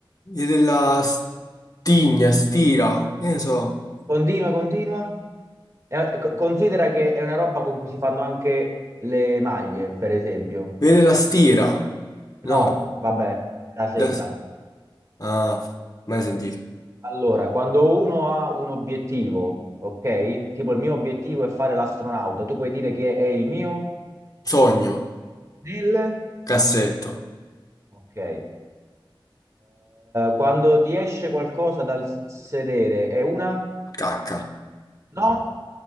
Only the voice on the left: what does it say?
Via della stigna, stira? Che ne so?
Via della stira? No,
la- ah, mai sentito.
Sogno,
cassetto,
cacca,